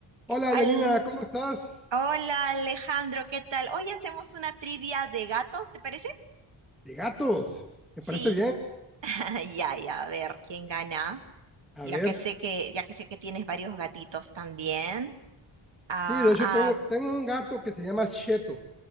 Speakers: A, in the centre; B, on the right.
A: Hola
B: Al...
A: Yanina, ¿cómo estás?
B: Hola Alejandro, ¿qué tal? Hoy hacemos una trivia de gatos, ¿te parece?
A: De gatos, me
B: Sí,
A: parece bien.
B: <laughs> ya, ya, a ver quién gana,
A: A
B: ya
A: ver,
B: que sé que, ya que sé que tienes varios gatitos también. Ah,
A: sí, de hecho
B: ah,
A: tengo, tengo un gato que se llama Cheto,